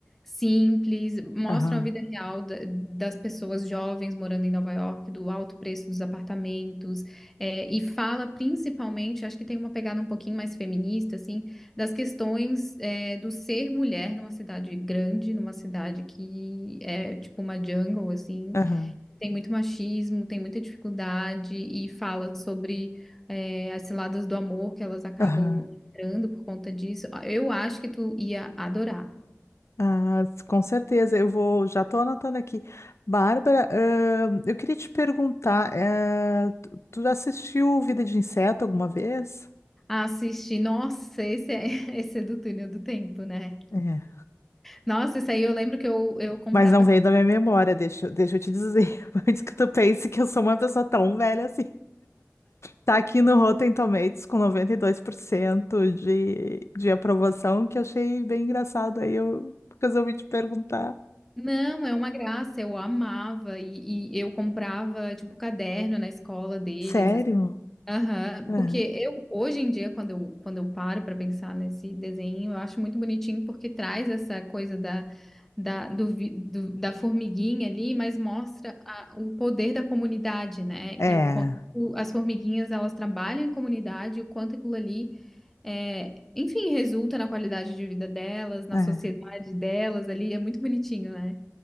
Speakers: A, in the centre; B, on the left (about 60°).
A: simples, mostram
B: aham,
A: a vida real da- das pessoas jovens morando em Nova York, do alto preço dos apartamentos, é, e fala principalmente, acho que tem uma pegada um pouquinho mais feminista, assim, das questões, é, do ser mulher numa cidade grande, numa cidade que é tipo uma jungle, assim,
B: aham,
A: tem muito machismo, tem muita dificuldade e fala sobre é, as ciladas do amor que elas acabam
B: aham.
A: entrando por conta disso. Eu acho que tu ia adorar.
B: Ah, com certeza, eu vou, já estou anotando aqui. Bárbara, ahn, eu queria te perguntar, eh, tu tu já assistiu Vida de Inseto alguma vez?
A: Assistir, nossa, esse é, <laughs> esse é do túnel do tempo, né?
B: É.
A: Nossa, isso aí eu lembro que eu, eu comprava
B: Mas não veio da minha memória, deixa, eu- deixa eu te dizer, <laughs> antes que tu pense que eu sou uma pessoa tão velha assim. Tá aqui no Rotten Tomatoes com 92% de, de aprovação, que eu achei bem engraçado. Aí eu resolvi te perguntar.
A: Não, é uma graça, eu amava e, e eu comprava tipo caderno na escola deles,
B: Sério?
A: assim. Aham,
B: É,
A: Porque eu hoje em dia quando eu quando eu paro para pensar nesse desenho, eu acho muito bonitinho porque traz essa coisa da da, do, vi- do- da formiguinha ali, mas mostra a- o poder da comunidade, né?
B: é,
A: E o quanto as formiguinhas elas trabalham em comunidade, o quanto aquilo ali é, enfim, resulta na qualidade de vida delas, na
B: é.
A: sociedade personalidade delas ali, é muito bonitinho, né?